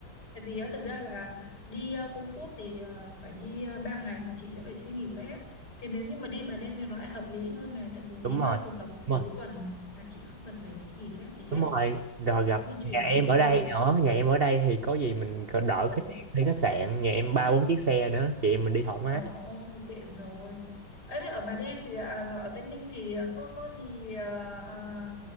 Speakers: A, on the left; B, on the right.
A: tại vì á, thực ra là đi ờ, Phú Quốc thì ờ, phải đi ờ, ba ngày mà chị sẽ phải xin nghỉ phép thì nếu như mà đi Bà Đen này nó lại hợp lý hơn này tại vì
B: đúng
A: đi nó
B: rồi
A: phù hợp với
B: đúng
A: cuối
B: rồi
A: tuần là chị không cần phải xin nghỉ phép gì hết
B: đúng rồi rồi gặp
A: di chuyển
B: nhà
A: nó
B: em
A: cũng
B: ở đây
A: được
B: nữa nhà em ở đây thì có gì mình còn đỡ
A: ừ.
B: cái tiền thuê khách sạn nhà em ba bốn chiếc xe nữa chị em mình đi thoải
A: Trời
B: mái
A: ơi, tiện rồi. Ấy thế ở Bà Đen thì à, ở Tây Ninh thì à, có có gì à, à,